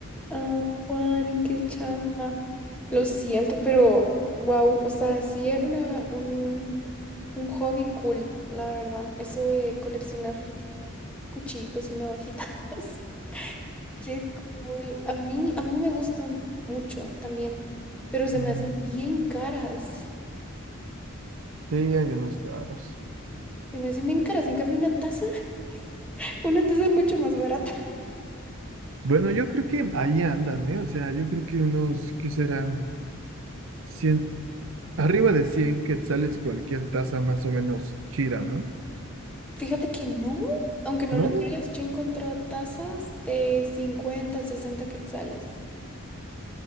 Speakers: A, in the centre; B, on the right (about 65°).
A: Ah, Juan, qué chafa. Lo siento, pero wow, o sea, sí era una, un, un hobby cool, la verdad. Eso de coleccionar cuchillitos y navajitas. <laughs> Qué cool. A mí, a mí me gustan mucho también, pero se
B: Ujú.
A: me hacen bien caras.
B: Sí, hay unas caras.
A: Se me hacen bien caras. En cambio, una taza, <laughs> una taza es mucho más barata.
B: Bueno, yo creo que ahí andan, ¿eh? O sea, yo creo que unos, ¿qué serán? cien arriba de 100 quetzales cualquier taza más o menos chida, ¿no?
A: Fíjate que no, aunque no
B: ¿No?
A: lo creas, yo he encontrado tazas de 50, 60 quetzales.